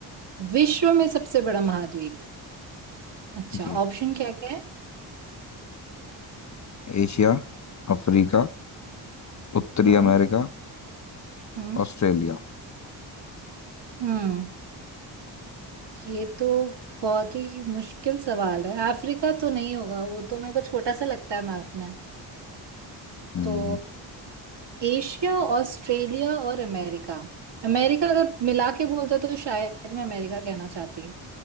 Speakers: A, on the right; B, on the left.
A: विश्व में सबसे बड़ा महाद्वीप अच्छा
B: जी
A: ऑप्शन क्या क्या है
B: एशिया अफ्रीका उत्तरी
A: हम्म
B: अमेरिका
A: हम्म
B: ऑस्ट्रेलिया
A: हम्म ये तो बहुत ही मुश्किल सवाल है अफ्रीका तो नहीं होगा वो तो मेरे को छोटा सा लगता है मैप में
B: हम्म
A: तो एशिया ऑस्ट्रेलिया और अमेरिका अमेरिका अगर मिला के बोलता तो शायद मैं अमेरिका कहना चाहती